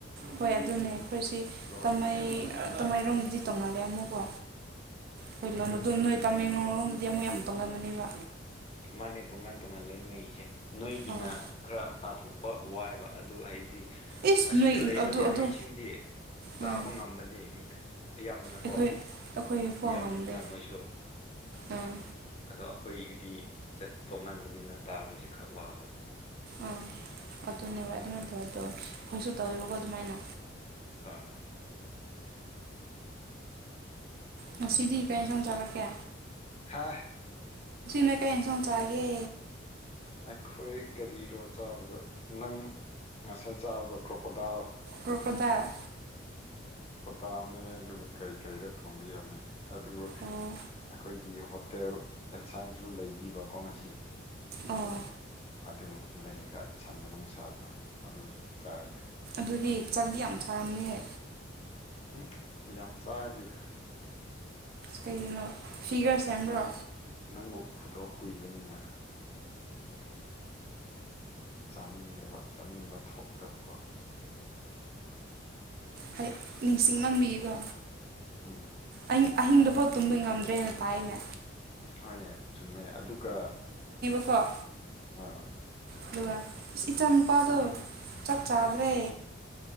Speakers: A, on the right (about 55°); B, on the left (about 35°).
A: ꯍꯣꯏ ꯑꯗꯨꯅꯦ ꯑꯩꯈꯣꯏ ꯁꯤ
B: ꯂꯣꯟꯁꯦ
A: ꯇꯥꯃꯥꯏ
B: ꯍꯣꯏ
A: ꯇꯃꯥꯏꯔꯣꯝꯗꯗꯤ ꯇꯣꯡꯅꯜꯂꯦ ꯑꯃꯨꯀꯣ ꯍꯣꯏ ꯂꯣꯗꯣ ꯅꯣꯏ ꯇꯥꯃꯦꯡꯂꯣꯡꯔꯣꯝꯗꯗꯤ ꯑꯃꯨꯛ ꯌꯥꯝ ꯇꯣꯡꯒꯟꯕꯅꯦꯕ
B: ꯃꯥꯅꯦ ꯇꯣꯉꯥꯟ ꯇꯣꯡꯉꯜꯂꯦ ꯅꯣꯏꯁꯦ ꯅꯣꯏꯒꯤꯅ
A: ꯑꯥ
B: ꯈꯔ ꯇꯥꯊꯣꯛ ꯋꯥꯏꯕ ꯑꯗꯨ ꯍꯥꯏꯗꯤ
A: ꯏꯁ
B: ꯑꯁꯤꯗ
A: ꯅꯣꯏ
B: ꯂꯩꯕ
A: ꯑꯗꯨ
B: ꯂꯦꯝꯃꯩꯁꯤꯡꯗꯤ
A: ꯑꯗꯨ
B: ꯇꯥꯕ
A: ꯎꯝ
B: ꯉꯝꯕꯅꯤ ꯃꯤꯈ ꯑꯌꯥꯝꯕꯅꯀꯣ
A: ꯑꯩꯈꯣꯏ ꯑꯩꯈꯣꯏ
B: ꯑꯗꯨ
A: ꯐꯥꯎ
B: ꯌꯥꯝꯌꯥꯝꯕꯅꯤꯅ
A: ꯉꯝꯗꯦ
B: ꯃꯣꯏꯁꯨ
A: ꯑꯥ
B: ꯑꯗꯣ ꯑꯩꯈꯣꯏꯒꯤꯗꯤꯠ ꯇꯣꯉꯥꯟꯕꯅꯤꯅ ꯇꯥꯕꯁꯤꯦ ꯈꯔ ꯋꯥꯕ
A: ꯑꯥ ꯑꯗꯨꯅꯦ ꯍ ꯑꯗꯨꯃꯥꯏꯅ ꯇꯧꯋꯤ ꯇꯧꯋ ꯑꯩꯈꯣꯏꯁꯨ ꯇꯧꯋꯦꯕꯀꯣ
B: ꯎꯝ
A: ꯑꯗꯨꯃꯥꯏꯅ
B: ꯍꯥ ꯍꯥ
A: ꯉꯁꯤꯗꯤ ꯀꯔꯤ ꯁꯣꯡꯖꯔꯠꯀꯦ
B: ꯍꯥ
A: ꯅ ꯀꯩ ꯁꯣꯟ ꯆꯔꯒꯦ
B: ꯑꯩꯈꯣꯏ ꯀꯔꯤꯔꯣ ꯆꯥꯕꯗꯣ ꯅꯪ ꯉꯁꯥꯏ ꯆꯥꯕꯗꯣ ꯀ꯭ꯔꯣꯀꯣꯗꯥ
A: ꯔꯣꯀꯗꯥ
B: ꯇꯥꯑꯅꯤ ꯑꯗꯨꯒ ꯀꯩ ꯀꯩꯔꯥ ꯊꯣꯡꯕꯤꯔꯝꯃꯦ ꯑꯗꯨꯕꯨ
A: ꯑꯣ
B: ꯑꯩꯈꯣꯏ ꯍꯥꯏꯗꯤ ꯍꯣꯇꯦꯜ ꯑꯦꯟꯁꯥꯡꯁꯨ ꯂꯩꯕꯤꯕꯀꯣ ꯉ
A: ꯑꯣ
B: ꯑꯗꯨ ꯂꯩꯔꯒ ꯁꯟꯕ ꯅꯨꯡꯁꯥꯗꯣ ꯑꯗꯨꯁꯨ ꯆꯥꯏꯌꯦ
A: ꯑꯗꯨꯗꯤ ꯆꯪꯗꯤ ꯌꯥꯝ ꯐꯔꯝꯅꯤꯍ
B: ꯎꯝ ꯌꯥꯝ ꯆꯥꯔꯗꯤꯔꯦ
A: ꯀꯩꯒꯤꯅꯣ ꯐꯤꯒꯔ ꯁꯦꯝꯕ꯭ꯔꯣ
B: ꯅꯪ ꯅꯪꯕꯨ ꯎꯗꯕ ꯀꯨꯏꯕꯅꯤꯅ ꯆꯥꯅꯤꯡꯗꯕ ꯆꯥꯅꯤꯡꯕ ꯊꯣꯛꯇꯕꯀꯣ
A: ꯍ ꯅꯤꯡꯁꯤꯡꯃꯥꯟꯕꯤꯌꯦꯀꯣ
B: ꯎꯝ
A: ꯑ ꯑꯍꯤꯡꯗꯐꯥꯎ ꯇꯨꯝꯕ ꯉꯝꯗ꯭ꯔꯦꯅ ꯇꯥꯏꯅꯦ
B: ꯍꯣꯏ ꯆꯨꯝꯃꯦ ꯑꯗꯨꯒ
A: ꯀꯣ
B: ꯑꯥ
A: ꯑꯗꯨꯒ ꯏꯁ ꯏꯆꯥ ꯅꯨꯨꯄꯥꯗꯣ ꯆꯞ ꯆꯥꯗ꯭ꯔꯦ